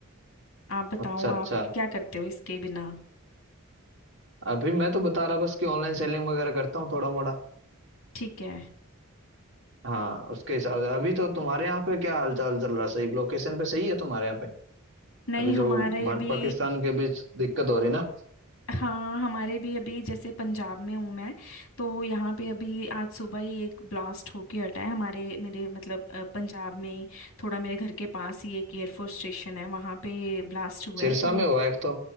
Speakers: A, on the left (about 60°); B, on the right (about 55°).
A: आप बताओ
B: अच्छा अच्छा
A: आप क्या करते हो इसके बिना
B: अभी मैं तो बता रहा बस कि ऑनलाइन सेलिंग वगैरह करता हूँ थोड़ा मोड़ा
A: ठीक है
B: हाँ उसके हिसाब से अभी तो तुम्हारे यहाँ पे क्या हालचाल चल रहा है सही लोकेशन पे सही है तुम्हारे यहाँ पे
A: नहीं
B: अभी जो
A: हमारे
B: भारत
A: भी
B: पाकिस्तान के बीच दिक्कत हो रही ना
A: हाँ हमारे भी अभी जैसे पंजाब में हूँ मैं तो यहाँ पे अभी आज सुबह ही एक ब्लास्ट होके हटा है हमारे मेरे मतलब अ, पंजाब में ही थोड़ा मेरे घर के पास ही एक एयरफोर्स स्टेशन है वहाँ पे ब्लास्ट हुआ
B: सिरसा
A: है तो
B: में हुआ एक तो